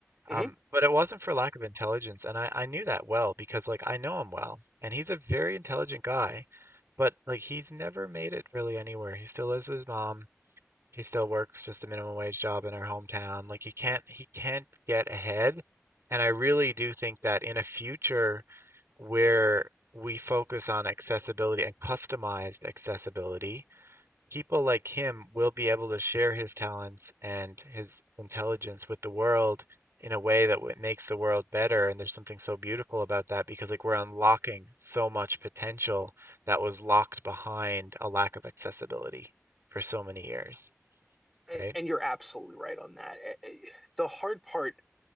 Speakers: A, on the right; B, in the centre.
A: Um,
B: Mhm.
A: but it wasn't for lack of intelligence, and I, I knew that well because like I know him well, and he's a very intelligent guy, but like he's never made it really anywhere. He still lives with his mom. He still works just a minimum wage job in our hometown. Like he can't he can't get ahead. And I really do think that in a future where we focus on accessibility and customized accessibility, People like him will be able to share his talents and his intelligence with the world in a way that w- makes the world better. And there's something so beautiful about that because, like, we're unlocking so much potential that was locked behind a lack of accessibility for so many years,
B: A-
A: right?
B: And you're absolutely right on that. Eh, eh, The hard part